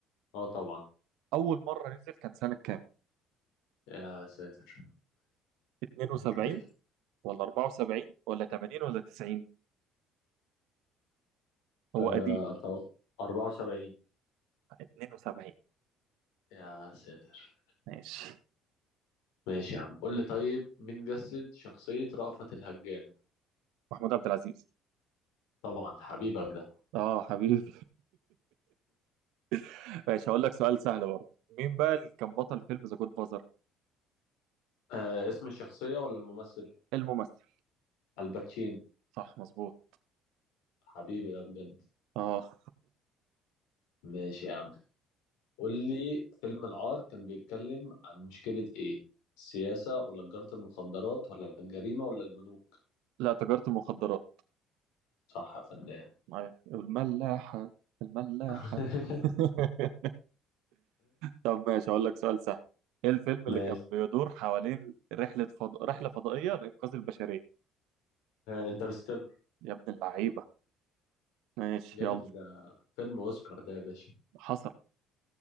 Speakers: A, on the left (about 80°); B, on the right (about 80°).
A: أه طبعا
B: أول مرة نزل كان سنة كام
A: يا ساتر
B: 72
A: كده
B: ولا 74 ولا 80 ولا 90
A: آه،
B: هو قديم
A: أتوقع 74
B: 72
A: يا ساتر
B: ماشي
A: ماشي يا عم قول لي طيب مين جسد شخصية رأفت الهجان
B: محمود عبد العزيز
A: طبعا حبيبك ده
B: اه حبيبي <laughs> ماشي هقول لك سؤال سهل برضه مين بقى اللي كان بطل فيلم ذا جود فازر
A: آه، اسم الشخصية ولا الممثل
B: الممثل
A: الباتشينو
B: صح مظبوط
A: حبيبي ده بجد
B: اه
A: ماشي يا عم قول لي فيلم العار كان بيتكلم عن مشكلة ايه السياسة ولا تجارة المخدرات ولا الجريمة ولا البنوك
B: لا تجارة المخدرات
A: صح يا فنان
B: أيوة. الملاحة الملاحة
A: <laughs>
B: <laughs> طب ماشي أقول لك سؤال سهل إيه الفيلم اللي
A: ماشي
B: كان بيدور حوالين رحلة فض... رحلة فضائية لإنقاذ البشرية
A: انترستيلر
B: يا ابن اللعيبة ماشي
A: جامد
B: يلا
A: ده فيلم اوسكار ده يا باشا
B: حصل